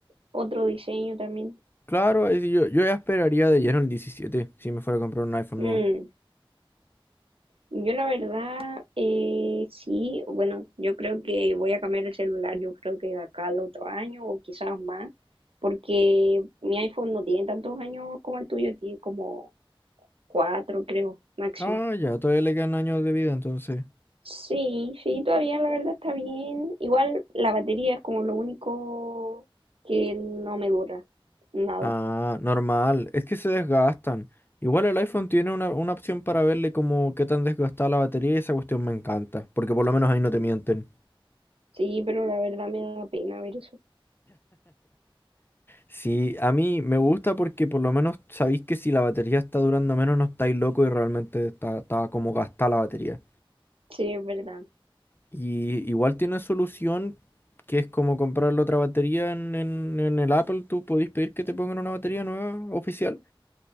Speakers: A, on the right; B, on the left.
A: Otro diseño también.
B: claro, ahí sí yo, yo ya esperaría de lleno el 17 si me fuera a comprar un iPhone
A: Mm.
B: nuevo.
A: Yo la verdad, eh, sí, bueno, yo creo que voy a cambiar el celular, yo creo que de acá al otro año o quizás más, porque mi iPhone no tiene tantos años como el tuyo, tiene como cuatro, creo, máximo.
B: Ah, ya, todavía le quedan años de vida entonces.
A: Sí, sí, todavía la verdad está bien. Igual la batería es como lo único que no me dura, nada.
B: Ah, normal. Es que se desgastan. Igual el iPhone tiene una, una opción para verle como qué tan desgastada la batería y esa cuestión me encanta, porque por lo menos ahí no te mienten.
A: Sí, pero la verdad me da pena ver eso.
B: Sí, a mí me gusta porque por lo menos sabéis que si la batería está durando menos no estáis loco y realmente está, está como gastada la batería.
A: Sí, es verdad.
B: Y igual tiene solución que es como comprar la otra batería en, en, en el Apple, tú podéis pedir que te pongan una batería nueva oficial.